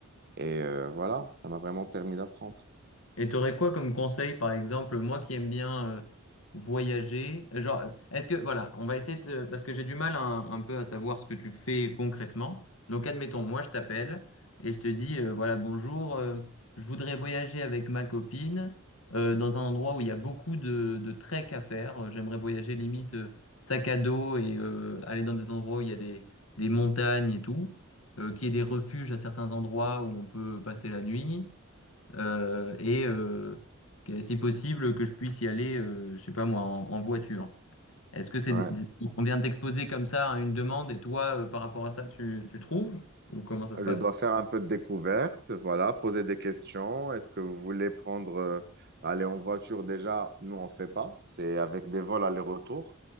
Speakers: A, on the right; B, on the left.
A: Et euh, voilà, ça m'a vraiment permis d'apprendre.
B: Et t'aurais quoi comme conseil, par exemple, moi qui aime bien euh, voyager, euh, genre, euh, est-ce que, voilà, on va essayer de, euh, parce que j'ai du mal un, un peu à savoir ce que tu fais concrètement. Donc, admettons, moi, je t'appelle et je te dis, euh, voilà, bonjour, euh, je voudrais voyager avec ma copine euh, dans un endroit où il y a beaucoup de, de trek à faire. Euh, J'aimerais voyager limite euh, sac à dos et euh, aller dans des endroits où il y a des, des montagnes et tout, euh, qu'il y ait des refuges à certains endroits où on peut passer la nuit euh, et euh, que- si possible que je puisse y aller, euh, je sais pas moi, en, en voiture. Est-ce que c'est,
A: Ouais.
B: des- on vient de t'exposer comme ça à une demande et toi, euh, par rapport à ça, tu, tu trouves? Ou comment ça se
A: Je
B: passe?
A: dois faire un peu de découverte, voilà, poser des questions. Est-ce que vous voulez prendre, euh, aller en voiture déjà? Nous, on fait pas. C'est avec des vols aller-retour.